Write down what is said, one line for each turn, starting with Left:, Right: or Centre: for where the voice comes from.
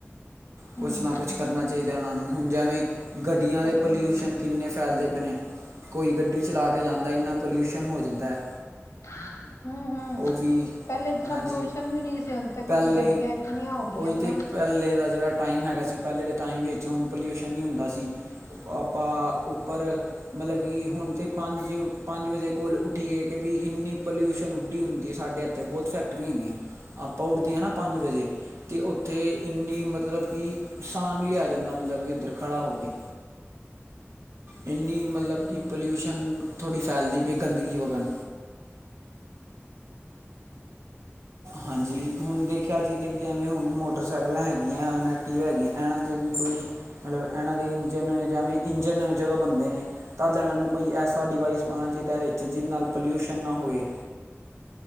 Right: ਕੁਛ
Left: ਹੂੰ
Right: ਨਾ ਕੁਛ ਚਾਹੀਦਾ ਨਾਂ ਨੂੰ ਹੁਣ ਜਿਵੇਂ ਗੱਡੀਆਂ
Left: ਕਰਨਾ
Right: ਦੇ ਪੋਲਿਊਸ਼ਨ
Left: ਚਾਹੀਦਾ
Right: ਕਿੰਨੇ ਫੈਲਦੇ ਪੈਣੇ- ਕੋਈ ਗੱਡੀ ਚਲਾ ਕੇ ਜਾਂਦਾ ਇੰਨਾ ਪੋਲਿਊਸ਼ਨ ਹੋ ਜਾਂਦਾ ਹੈ।
Left: ਆਹ <unintelligible> ਹੂੰ ਹੂੰ
Right: ਉਹ ਵੀ
Left: ਪਹਿਲੇ ਇਤਨਾ
Right: ਹਾਂਜੀ
Left: ਪੋਲਿਊਸ਼ਨ ਵੀ ਨਹੀਂ ਸੀ ਤੇ ਕੁਛ
Right: ਪਹਿਲੇ
Left: ਗੱਡੀਆਂ ਇਤਨੀਆਂ ਹੋ
Right: ਉਹੀ
Left: ਗਈਆਂ ਨਾ।
Right: ਤੇ ਪਹਿਲੇ ਦਾ ਜਿਹੜਾ ਟਾਈਮ ਹੈਗਾ ਸੀ ਪਹਿਲੇ ਦੇ ਟਾਈਮ ਵਿੱਚ ਹੁਣ ਪੋਲਿਊਸ਼ਨ ਨਹੀਂ ਹੁੰਦਾ ਸੀ। ਤਾਂ ਉੱਪਰ ਮਤਲਬ ਕਿ ਹੁਣ ਤੇ, ਪੰਜ-ਪੰਜ ਵਜੇ ਕੋਲ ਉੱਠੀ ਐ ਕਿ ਵੀ ਇੰਨੀ ਪਲਿਊਸ਼ਨ ਉੱਡੀ ਹੁੰਦੀ ਐ ਸਾਡੇ ਇੱਥੇ ਬਹੁਤ ਫੈਕਟਰੀ ਹੈਗੀਆਂ ਨੇ, <unintelligible> ਦੀਆਂ ਨਾ, ਪੰਜ ਵਜੇ ਅਤੇ ਉੱਥੇ, ਇੰਨੀ ਮਤਲਬ ਕੀ <unintelligible> ਕਿ ਇੱਧਰ ਖੜਾ ਹੋ ਕੇ, ਇੰਨੀ ਮਤਲਬ, ਕਿ ਪੋਲਿਉਸ਼ਨ ਥੜ੍ਹੀ ਫੈਲਦੀ, ਅਤੇ ਗੰਦਗੀ ਵਗਨ, ਹਾਂਜੀ ਹੁਣ ਦੇਖੋ, ਦੇਖਿਆ ਜਾ ਕਿ ਜਿਵੇਂ ਹੁਣ ਮੋਟਰਸਾਈਕਲਾਂ ਹੈਗੀਆਂ ਹੁਣ ਐਕਟੀਵਾ ਹੈਗੀਆਂ ਇਹਨਾਂ ਦੇ ਵੀ ਕੋਈ ਮਤਲਬ ਇਹਨਾਂ ਦੇ ਇੰਜਨ ਜਿਵੇਂ ਇੰਜਨ ਜਦੋਂ ਬੰਨਦੇ ਨੇ ਤਦ ਇਹਨਾਂ ਨੂੰ ਕੋਈ ਐਸਾ ਡਿਵਾਈਸ ਪਾਉਣਾ ਚਾਹੀਦਾ ਵਿੱਚ ਜਿਹਦੇ ਨਾਲ ਪੋਲਿਊਸ਼ਨ ਨਾ ਹੋਏ।